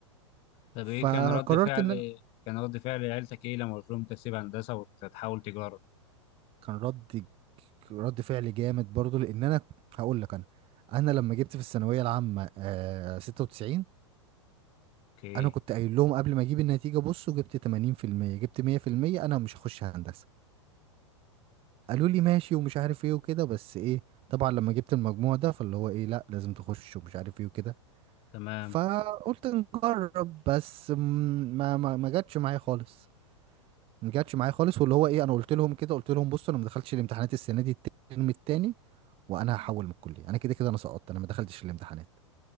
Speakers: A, on the left (about 40°); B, on the right (about 35°).
A: طب
B: فقررت
A: ايه كان رد فعل
B: ان انا
A: كان رد فعل عيلتك ايه لما قلت لهم انت تسيب هندسه وتحول تجاره
B: كان رد رد فعل جامد برضو لان انا هقول لك انا انا لما جبت في الثانويه العامه آه 96
A: اوكي
B: انا كنت قايل لهم قبل ما اجيب النتيجه بصوا جبت 80% جبت 100% انا مش هخش هندسه قالوا لي ماشي ومش عارف ايه وكده بس ايه طبعا لما جبت المجموع ده فاللي هو ايه لا لازم تخش ومش عارف ايه وكده
A: تمام
B: فقلت نجرب بس م- ما ما ما جاتش معايا خالص ما جاتش معايا خالص واللي هو ايه انا قلت لهم كده قلت لهم بصوا انا ما دخلتش الامتحانات السنه دي الترم التاني وانا هحول من الكليه انا كده كده انا سقطت انا ما دخلتش الامتحانات